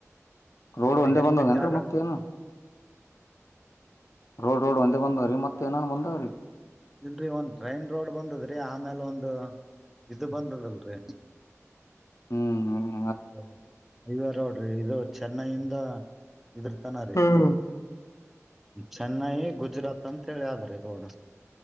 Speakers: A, on the left (about 70°); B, in the centre.
A: ರೋಡ್
B: ಅವರಿಗೆಷ್ಟ
A: ಒಂದೇ ಬಂದದೇನ್ರಿ
B: ಜಾಗ.
A: ಮತ್ತೇನ ರೋಡ್ ರೋಡ್ ಒಂದೇ ಬಂದಾದ್ರಿ ಮತ್ತತ್ ಏನನ್ ಬಂದವ್ರೀ.
B: ಇಲ್ರರಿ ಒಂದ್ ಟ್ರೈನ್ ರೋಡ್ ಬಂದದ್ರಿ ಆಮೇಲ್ ಒಂದು ಇದ ಬಂದದಲ್ರರಿ.
A: ಹ್ಮ್ ಹ್ಮ್ಮ್.
B: ಹ ಹೈವೇ ರೋಡ್. ಇದು ಚೆನ್ನೈಯಿಂದ. ಇದರತನ ರೀ.
A: ಹ್ಮ್
B: ಚೆನ್ನೈ ಗುಜರಾತ್ ಅಂತ ಹೇಳಿ ಆದ್ರಿ ರೋಡ್.